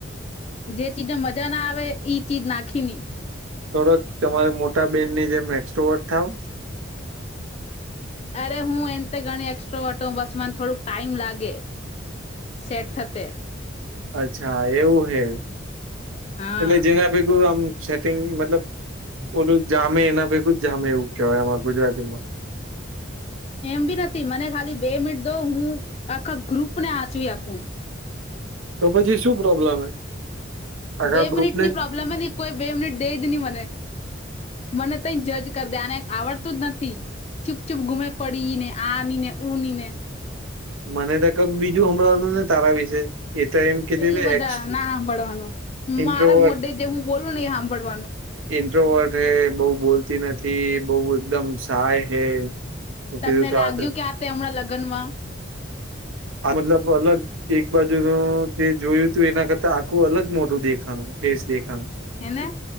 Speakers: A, on the left (about 30°); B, on the right (about 85°).
A: જે ચીજમાં મજા ના આવે ઈ ચીજ નાખી ની.
B: થોડોક તમારે મોટા બેનની જેમ એક્સપર્ટ થાવ.
A: અરે હું એમ ત ઘણી એસ્ટ્રવટ હઉ બસ મને થોડુંક ટાઈમ લાગે. સેટ થતે.
B: અચ્છા એવું હે?
A: હા
B: એટલે જેના ભેગું આમ સેટિંગ મતલબ ઓલું જામે એના ભેગું જ જામે એવું કેવાય આવા ગુજરાતીમાં.
A: એમ બી નથી મને ખાલી બે મિનટ દો હું આખા ગ્રુપને આચવી હકુ.
B: તો પછી શું પ્રોબ્લેમ હે? આખા
A: બે મિનિટની
B: ગ્રુપને જ?
A: પ્રોબ્લેમ હે ને કોઈ બે મિનિટ દેજ ની મને. મને તઈ જ જજ કર દે આને આવડતું જ નથી. ચૂપચૂપ ગુમે પડી ને આની ને ઉ ની ને
B: મને ત કક બીજું હાભળવાનું ને તારા વિશે. એ તો એમ કીધી
A: ઈ
B: કે
A: બધા
B: એક્સ
A: ના હાભળવાનું.
B: ઇન્ટ્રોવર્ટ
A: મારા મોઢે જે હું બોલું ને એ હાભળવાનું.
B: ઇન્ટ્રોવર્ટ હે, બહુ બોલતી નથી, બહુ એકદમ સાય હે. તો
A: તમને
B: કીધું તો
A: લાગ્યું
B: આ તો
A: કે આપે હમણાં લગ્નમાં?
B: આ મતલબ અલગ એક બાજુનું જે જોયું તું એના કરતા આખું અલગ મોઢું દેખાણું, ફેસ દેખાણું.
A: હેને